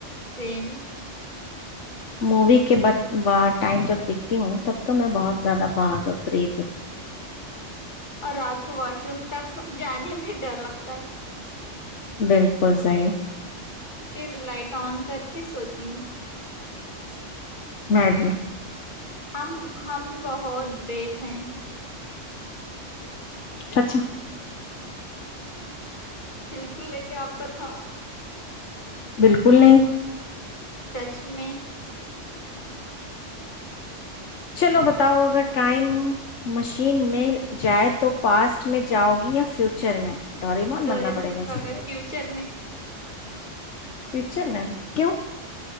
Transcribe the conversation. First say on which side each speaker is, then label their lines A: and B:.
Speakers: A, on the left; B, on the left.
A: سیم
B: مووی کےار ٹائم جب دیکھتی ہوں تب تو میں بہت زیادہ بات اور بریک ہوتی ہوں
A: اور رات کو واش روم تک جانے میں ڈر لگتا کتا
B: بالکل سی
A: پھر لائٹ آن کر کے سوتی ہوں
B: مگی
A: ہم ہم بہت بریو ہیں
B: سچا
A: بالکل نہیں آپ کتا
B: بالکل نہیں
A: سچ میں
B: چلو بتاؤ اگر ٹائم مشین میں جائے تو پاسٹ میں جاؤ گی یا فیوچر میں ڈوریمون
A: ڈرے
B: بننا پڑے
A: مون
B: گا اس
A: کا
B: کے
A: گئے فیوچر میں
B: فچر مم کیوں